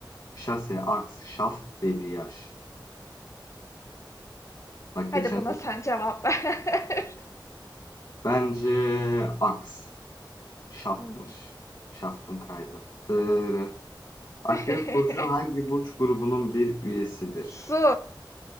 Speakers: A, on the left; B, on the left.
A: Şase, aks, şaft, debriyaj. Bak
B: Hadi
A: geçen...
B: buna sen cevap ver. <laughs>
A: Bence aks. Şaftmış.
B: Hmm.
A: Şaftım kaydı. Dırı. Akrep
B: <laughs>
A: burcu hangi burç grubunun bir üyesidir?
B: Su.